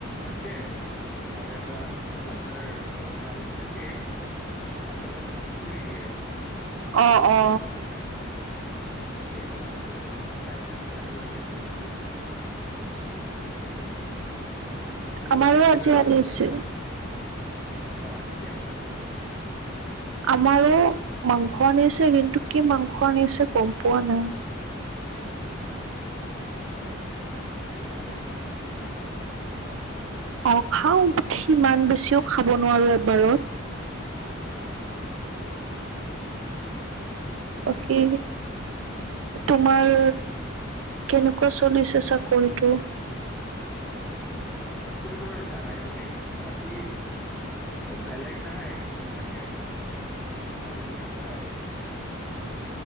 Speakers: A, in the centre; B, on the right.
A: বিকে, আৰু এটা। আপোনাৰ অ ছালতটো থাকেই, কিন্তু ছালটো অলপ মানে পুৰি দিয়ে।
B: অ
A: জুইত
B: অ
A: পুৰা নিচিনা। ত সেইটো আনিলো, তো খাই বেয়া নালাগে টেজটো। তেনেকে। অ এতিয়া
B: আমাৰো
A: বনাম
B: আজি
A: গৈ আৰু
B: আনিছে
A: গৈ পলায়। অ আজি কি আনিছে তোমালোকৰ।
B: আমাৰো, মাংস আনিছে কিন্তু কি মাংস আনিছে গম পোৱা নাই। <inaudible>
A: অ, তুমিতো ভালেই পোৱা মাংস খাই।
B: অ খাও সিমান বেছিও খাব নোৱাৰো এবাৰত।
A: হম। হয় দিয়া।
B: বাকী। তোমাৰ, কেনেকুৱা চলিছে চাকৰিটো।
A: চাকৰিতটো আৰু জানাই তুমি বাকী, বেলেগ। নাই মানে, খালি মানে সেয়া আৰু।